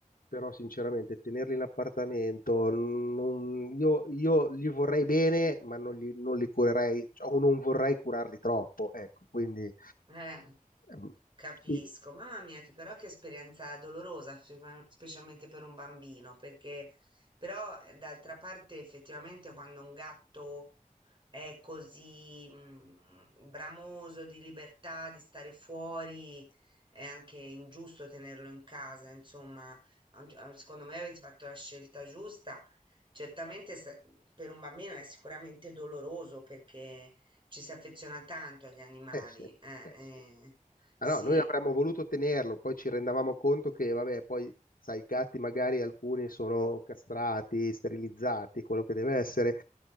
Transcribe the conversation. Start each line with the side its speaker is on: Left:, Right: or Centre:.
Left: però sinceramente tenerli in appartamento, non- io, io li vorrei bene, ma non li, non li curerei, cioè, o non vorrei curarli troppo, ecco, quindi
Right: Eh,
Left: ehm,
Right: capisco.
Left: chi-
Right: Mamma mia, che però che esperienza dolorosa, spe- specialmente per un bambino, perché però eh, d'altra parte effettivamente quando un gatto è così mm, bramoso di libertà, di stare fuori, è anche ingiusto tenerlo in casa, insomma, a un gi- a- secondo me avete fatto la scelta giusta. Certamente se- per un bambino è sicuramente doloroso perché ci si affeziona tanto agli animali,
Left: eh sì, eh
Right: eh, eh,
Left: sì.
Right: sì,
Left: Ah no, noi avremmo voluto tenerlo, poi ci rendavamo conto che, vabbè, poi, sai, i gatti magari alcuni sono castrati, sterilizzati, quello che deve essere,